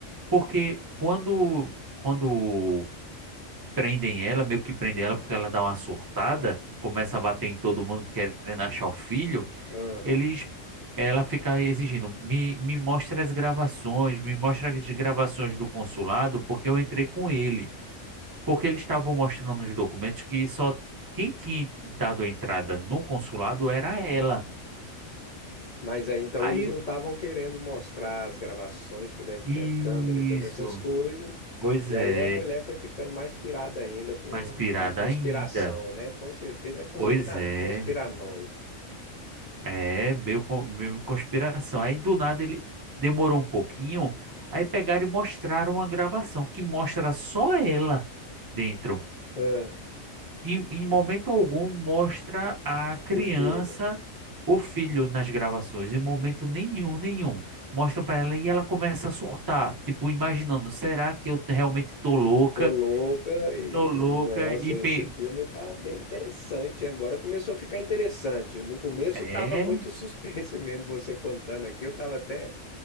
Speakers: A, on the right (about 25°); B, on the left (about 65°).
A: Porque quando, quando prendem ela, meio que prendem ela porque ela dá uma surtada, começa a bater em todo mundo querendo achar o filho.
B: Ah,
A: eles ela fica exigindo, me, me mostra as gravações, me mostra as gravações do consulado, porque eu entrei com ele. Porque eles estavam mostrando nos documentos que só quem tinha dado entrada no consulado era ela.
B: mas aí então
A: Aí,
B: eles não estavam querendo mostrar as gravações, que deve
A: isso,
B: tinha câmera e todas essas coisas.
A: pois
B: E
A: é,
B: aí a mulher foi ficando mais pirada ainda com,
A: mais pirada
B: na conspiração,
A: ainda.
B: né? Com certeza é conspira,
A: Pois é,
B: conspiranoico.
A: é, meio, co- meio conspiração. Aí do nada ele demorou um pouquinho, aí pegaram e mostraram uma gravação que mostra só ela dentro.
B: Ah,
A: Em, em momento algum mostra a criança,
B: o filho.
A: o filho nas gravações, em momento nenhum, nenhum. Mostram pra ela e ela começa a surtar, tipo, imaginando, será que eu realmente tô louca?
B: Tô louca e
A: Tô louca
B: nossa,
A: e
B: esse
A: pe-
B: filme tá bem interessante. Agora começou a ficar interessante. No começo
A: é,
B: tava muito <laughs> suspense mesmo você contando aqui, eu tava até